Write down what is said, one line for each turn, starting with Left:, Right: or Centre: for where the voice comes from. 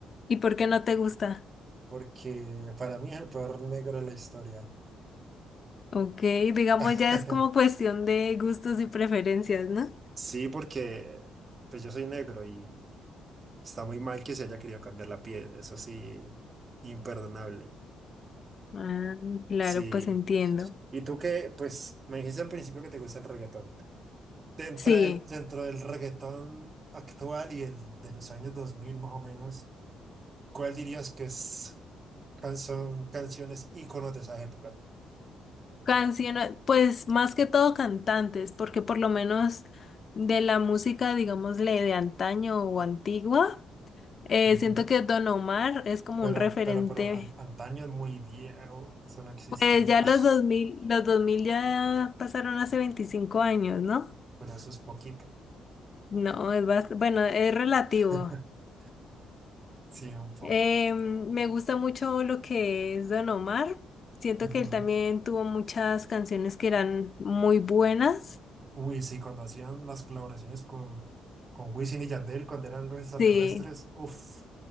Left: ¿Y por qué no te gusta?
Right: porque para mí es el peor negro de la historia.
Left: Ok, digamos
Right: <laughs>
Left: ya es como cuestión de gustos y preferencias, ¿no?
Right: Sí, porque pues yo soy negro y está muy mal que se haya querido cambiar la piel. Eso sí, imperdonable.
Left: Ah, claro,
Right: Sí.
Left: pues entiendo.
Right: Y tú que, pues, me dijiste al principio que te gusta el reggaetón. Dentro
Left: Sí,
Right: del, dentro del reggaetón actual y el de los años 2000 más o menos, ¿cuál dirías que es canción, canciones íconos de esa época?
Left: canciones, pues más que todo cantantes, porque por lo menos de la música, digámosle, de antaño o antigua, eh,
Right: Ujú.
Left: siento que Don Omar es como
Right: Pero,
Left: un referente.
Right: pero, pero, an- antaño es muy viejo, eso no existe
Left: Pues
Right: ya,
Left: ya los dos mil los 2000 ya pasaron hace 25 años, ¿no?
Right: <laughs> pero eso es poquito.
Left: No, es bast- bueno, es relativo.
Right: <laughs> Sí, un poco.
Left: Eh, me gusta mucho lo que es Don Omar. Siento
Right: Ujú.
Left: que él también tuvo muchas canciones que eran muy buenas.
Right: Uy, sí, cuando hacían las colaboraciones con, con Wisin y Yandel, cuando eran los extraterrestres,
Left: Sí,
Right: uff,